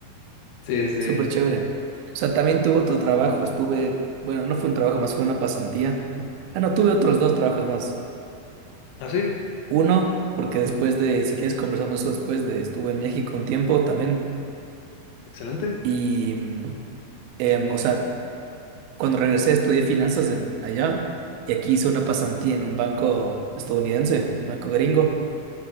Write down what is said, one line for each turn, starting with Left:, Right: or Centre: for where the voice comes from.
Left: Sí, sí.
Right: Súper chévere. O sea, también tuvo tu trabajo, estuve, bueno, no fue un trabajo más, fue una pasantía. Ah, no, tuve otros dos trabajos más.
Left: Ah, sí,
Right: Uno, porque después de, si quieres conversamos eso después de, estuve en México un tiempo también.
Left: excelente.
Right: Y, mm, em, o sea, cuando regresé estudié finanzas en, allá y aquí hice una pasantía en un banco estadounidense, un banco gringo.